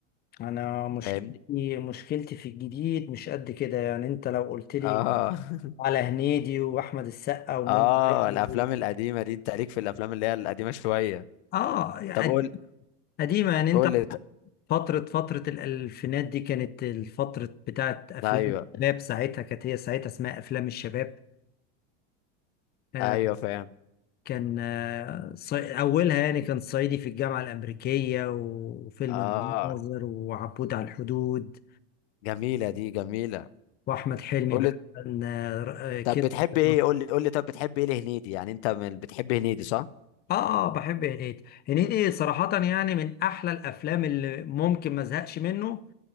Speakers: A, on the left (about 30°); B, on the left (about 65°).
A: انا مشكلتي
B: فاهمني
A: مشكلتي في الجديد مش قد كده يعني انت لو قلت لي
B: آه <laughs>
A: على هنيدي واحمد السقا ومنى
B: آه
A: زكي
B: الأفلام
A: و...
B: القديمة دي أنت ليك في الأفلام اللي هي القديمة شوية
A: اه يعني
B: طب قول
A: قديمة يعني انت
B: قول لي
A: فترة فترة الألفينات دي كانت الفترة بتاعت أفلام
B: أيوه
A: الشباب ساعتها كانت هي ساعتها اسمها أفلام الشباب آه،
B: أيوه فاهم
A: كان آه، صي... أولها يعني كان صعيدي في الجامعة الأمريكية وفيلم
B: اه
A: المناظر وعبود على الحدود
B: جميلة دي جميلة
A: وأحمد حلمي
B: قول
A: بقى
B: لي
A: كان آه، ر- آه، كده
B: طب بتحب ايه
A: آه
B: قول لي قول لي طب بتحب ايه لهنيدي يعني انت من بتحب هنيدي صح؟
A: آه بحب هنيدي هنيدي صراحة يعني من أحلى الأفلام اللي ممكن ما أزهقش منه